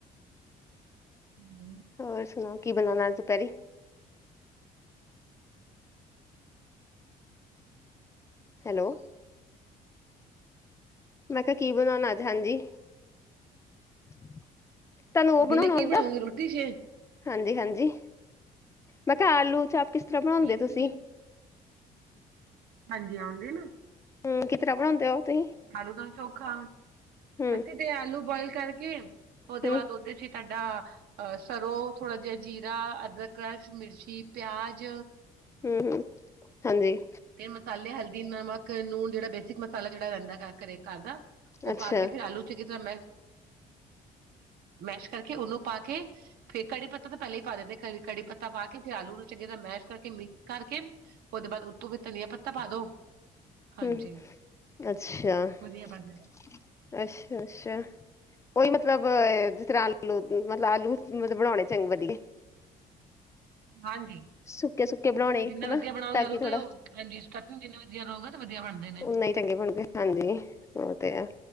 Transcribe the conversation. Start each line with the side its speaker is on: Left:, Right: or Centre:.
Right: ਬਈ
Left: ਹੋਰ ਸੁਣਾੋ ਕੀ ਬਣਾਉਣਾ ਅਜ ਦੁਪਹਿਰੀ ਹੈਲੋ ਮੈਂ ਕਿਹਾ, ਕੀ ਬਣਾਉਣਾ ਅੱਜ? ਹਾਂਜੀ। ਤੁਹਾਨੂੰ ਉਹ ਬਣਾਉਣਾ
Right: ਦਿਨੇ ਕੀ
Left: ਹੁੰਂਦਾ,
Right: ਬਣਾਉਂਗੀ ਰੋਟੀ ਛੇ
Left: ਹਾਂ ਜੀ, ਹਾਂ ਜੀ। ਮੈਂ ਕਿਹਾ, ਆਲੂ ਚਾਪ ਕਿਸ ਤਰ੍ਹਾਂ ਬਣਾਉਂਦੇ
Right: ਵੇਖਦੀ
Left: ਹੋ ਤੁਸੀਂ?
Right: ਆ ਹਾਂਜੀ, ਆਉਂਦੇ ਨਾ!
Left: ਹੁੰ, ਕਿਸ ਤਰ੍ਹਾਂ ਬਣਾਉਂਦੇ ਹੋ ਤੁਸੀਂ?
Right: ਆਲੂ ਦਾ ਚੋਖਾ
Left: ਹਮ
Right: ਅਸੀਂ ਤੇ ਆਲੂ ਬੋਇਲ ਕਰਕੇ, ਉਹਦੇ
Left: ਹਮ
Right: ਬਾਅਦ ਉਹਦੇ 'ਚ ਸਾਡਾ । ਅ, ਸਰੋਂ ਥੋੜਾ ਜਿਹਾ, ਜੀਰਾ, ਅਦਰਕ, ਕਰ੍ਰਚ, ਮਿਰਚੀ, ਪਿਆਜ
Left: ਹੁੰ, ਹੁੰ ਹਾਂ ਜੀ।
Right: ਏ ਮਸਾਲੇ - ਹਲਦੀ, ਨਮਕ, ਨੂਨ । ਜਿਹੜਾ ਬੇਸਿਕ ਮਸਾਲਾ ਜਿਹੜਾ ਰਹਿੰਦਾ ਘਰ । ਕਰੇ ਘਰ ਦਾ ਉਹ
Left: ਅੱਛਾ
Right: ਪਾ ਕੇ, ਫੇਿਰ ਆਲੂ। ਚਗੀ ਤਰ੍ਹਾਂ ਮੈਸ਼ ਕਰਕੇ, ਉਹਨੂੰ ਪਾ ਕੇ । ਫੇਰ ਕੜੀ ਪੱਤਾ ਤਾਂ ਪਹਿਲਾਂ ਹੀ ਪਾ ਦਿੰਦੇ ਆ । ਕੜੀ ਪਤਾ ਪਾ ਕੇ, ਫਿਰ ਆਲੂ ਨੂੰ ਚੰਗੀ ਦਾ ਮੈਸ਼ ਕਰਕੇ ਮਿਕਸ ਕਰਕੇ। ਉਹਦੇ ਬਾਅਦ ਉੱਤੋਂ ਫਿਰ ਧਨੀਆ ਪੱਤਾ ਪਾ ਦੋ ਹਾਂਜੀ
Left: ਹਮ ਅੱਛਾ-ਅੱਛਾ-ਅੱਛਾ
Right: ਵਧੀਆ ਬਣ ਜਾਣਾ
Left: ਕੋਈ ਮਤਲਬ ਜਿਸ ਤਰ੍ਹਾਂ ਆਲੂ ਮਤਲਬ ਆਲੂ ਮਤਲਬ ਬਣਾਉਣੇ ਚੰਗੇ ਵਧੀਆ
Right: ਹਾਂਜੀ
Left: ਸੁੱਕੇ-ਸੁੱਕੇ ਬਣਾਉਣੇ
Right: ਜਿੰਨਾ
Left: ਹਨਾ
Right: ਵਧੀਆ ਬਣਾਉਗੇ
Left: ਤਾਂ
Right: ਅਲੂ
Left: ਕਿ ਥੋੜਾ
Right: ਤੇਜੀਪ ਜਿੰਨਾ ਵਧੀਆ ਬਗਾ ਤੇ ਵਧੀਆ ਬਣਦੇ ਨੇ
Left: ਉਨਾ ਹੀ ਚੰਗੇ ਬਣਗੇ ਹਾਂਜੀ ਉਹ ਤੇ ਆ